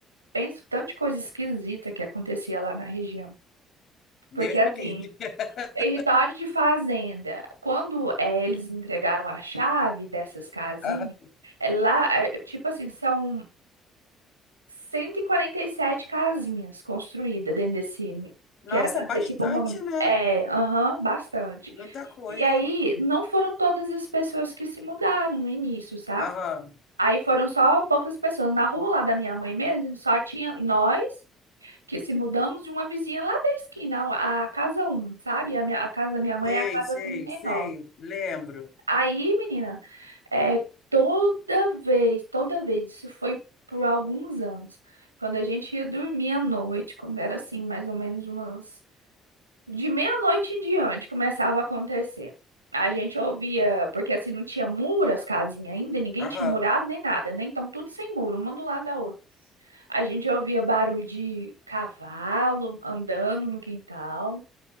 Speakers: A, on the right (about 85°); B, on the left (about 50°).
A: Penso tanto de coisa esquisita que acontecia lá na região.
B: Deus
A: Porque assim,
B: me livre. <laughs>
A: Território de fazenda. Quando eh, eles entregaram a chave dessas casinhas,
B: Aham.
A: eh, lá, eh, tipo assim, são 147 casinhas construídas dentro desse,
B: Nossa,
A: que era para
B: bastante,
A: ser tipo um condomínio.
B: né?
A: É, aham, bastante.
B: Muita coisa.
A: E aí, não foram todas as pessoas que se mudaram no início, sabe?
B: Aham.
A: Aí foram só poucas pessoas. Na rua lá da minha mãe mesmo, só tinha nós que se mudamos de uma vizinha lá da esquina, a a casa um sabe? A, minha, a casa da minha mãe
B: Sei,
A: é a casa
B: sei,
A: trinta
B: sei.
A: e nove
B: Lembro.
A: Aí, menina, é, toda vez, toda vez, isso foi por alguns anos, quando a gente ia dormir à noite, quando era assim, mais ou menos umas. De meia-noite em diante começava a acontecer. A gente ouvia, porque assim não tinha muro as casinhas ainda, ninguém
B: Aham.
A: tinha murado nem nada, né? Então tudo sem muro, uma do lado da outra. A gente ouvia barulho de cavalo andando no quintal.